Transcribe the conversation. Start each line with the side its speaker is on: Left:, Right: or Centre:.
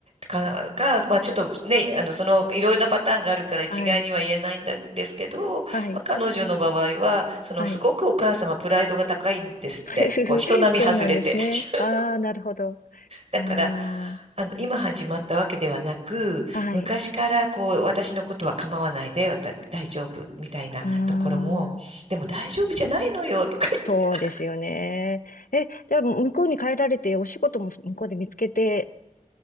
Right: か、か、まあちょっとね、あの、その、いろいろなパターンがあるから一概には言えないんだですけど、
Left: はい、はい、
Right: まあ彼女の場合は、その、
Left: はい。
Right: すごくお母様プライドが高いんですって、
Left: <laughs>
Right: こう、人並み外れて。
Left: そうなんですね。
Right: <laughs>
Left: ああ、なるほど。
Right: だから、
Left: あ
Right: あの、今始まったわけではなく、
Left: あ、はい。
Right: 昔からこう、私のことは構わないで、わた、大丈夫みたいなところも、
Left: ああ、
Right: でも大丈夫じゃないのよ、とか言って。
Left: そうですよね。
Right: <laughs>
Left: え、じゃあ向こうに帰られて、お仕事も向こうで見つけて